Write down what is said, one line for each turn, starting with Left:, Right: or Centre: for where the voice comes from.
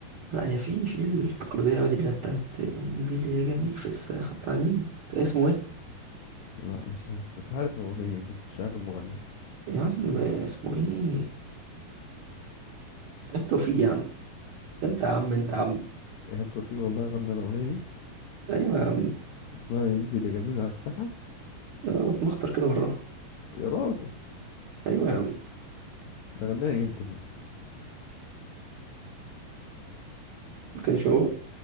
Right: لا هي في في التقليديه أوي دي اللي هي بتاعت انزل يا جميل في الساحه بتاع مين بتاع اسمه ايه
Left: لا مش عارف بس عارف الأغنية دي بس مش عارف المغني
Right: يا عم اسمه ايه يا عم توفيق يا عم انت يا عم انت يا عم
Left: إيهاب توفيق والله غنى الأغنية دي
Right: ايوه يا عم
Left: اسمها ينزل يا جميل على الساحة
Right: انا بتمخطر كده بالراحه
Left: يا راجل
Right: ايوه يا عم
Left: ده غناها امتى دي
Right: ما كانش هو ما